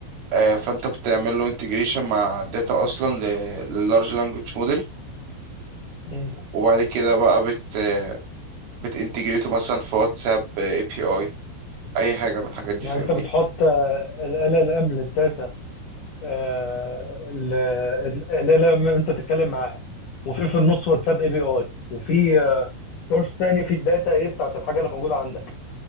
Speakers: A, on the right; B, on the left.
A: آه، فانت بتعمل له انتجريشن مع داتا اصلا ل- لللارج لانجوج موديل
B: مم.
A: وبعد كده بقى بت بتنتجريته مثلا في واتساب اي بي اي اي حاجة من الحاجات دي
B: يعني
A: فاهمني
B: انت بتحط ال ال ام للداتا آه، ال ال ام انت تتكلم معاها وفي في النص واتساب اي بي اي وفي سورس تاني في الداتا ايه بتاعت الحاجه اللي موجوده عندك